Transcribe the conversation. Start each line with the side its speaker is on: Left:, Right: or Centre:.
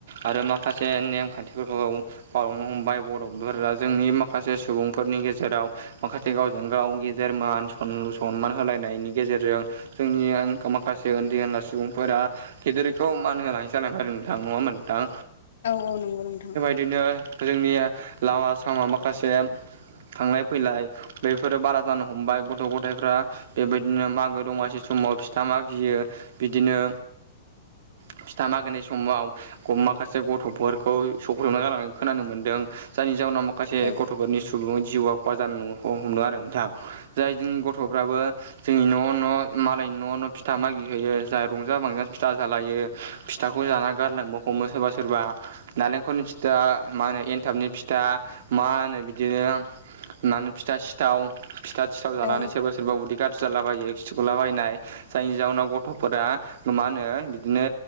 Right: आरो माखासे नेमखान्थिफोरखौ बावलांनो हमबाय बर'फोरा जोंनि माखासे सुबुंफोरनि गेजेरा जेराव माखासे गावजों गाव गेदेर मान सन सनमान होलायनायनि गेजेरजों जोंनि माखासे उन्दै उनला सुबुंफोरा गेदेरखौ मान होनानै जालांबाय आरो नोंथां नङा होमबा नोंथां?
Left: औ औ नंगौ नोंथां।
Right: बिदिनो जोंनि लामा सामा माखासे थांलाय फैलाय बैफोरो बारा जानो हमबाय गथ' गथायफ्रा बेबायदिनो मागो दमासि समाव फिथा माागियो बिदिनो फिथा मागोनि समाव माखासे गथ'फोरखौ सफबना गालांनानै खोनानो मोनदों जायनि जाउनाव माखासे
Left: औ
Right: गथ'फोरनि सुबुं जिउआ खहा जानो हमदों आरो नोंथाङा जाय जोंनि गथ'फ्राबो जोंनि न'आव न' मालायनि न' न' फिथा मागि होयो जाह रंजा बांजानो फिथा जालायो फिथाखौ जाना गारलांनो हमो सोरबा सोरबा। नालेंखलनि फिथा मा होनो एनथाबनि फिथा मा होनो बिदिनो होननानै फिथा सिथाव फिथा सिथाव जानानै
Left: औ
Right: सोरबा सोर सोरबा उदि गाज्रि जालाबायो खिगुलाबायनाय जायनि जााहनाव गथ'फोरा मा होनो बिदिनो